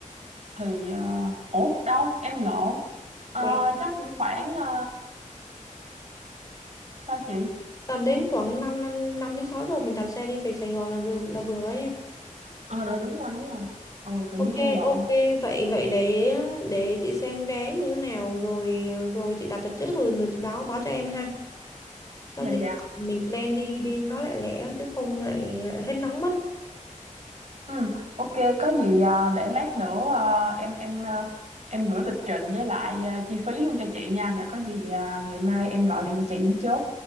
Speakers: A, on the right; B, on the left.
A: thì ờ, ủa đâu em lộn Ờ,
B: Bảy
A: chắc cũng khoảng ờ, sao chị
B: tầm đến khoảng 5 năm năm đến 6 giờ mình đạp xe đi về Sài Gòn là vừa là vừa ấy em.
A: ờ rồi đúng rồi đúng rồi ồ tự
B: Ok
A: nhiên em lộn
B: ok vậy vậy để để chị xem vé như thế nào rồi rồi chị đặt đặt trước rồi rồi chị báo báo cho em ha. Có
A: dạ
B: gì
A: dạ
B: mình plan đi đi nó lại lẻ chứ không lại hết nóng mất.
A: ừ ok có gì ờ, để lát nữa ờ, em em ờ, em gửi lịch trình với lại ờ, chi phí luôn cho chị nha rồi có gì ờ, ngày mai em gọi điện cho chị em chốt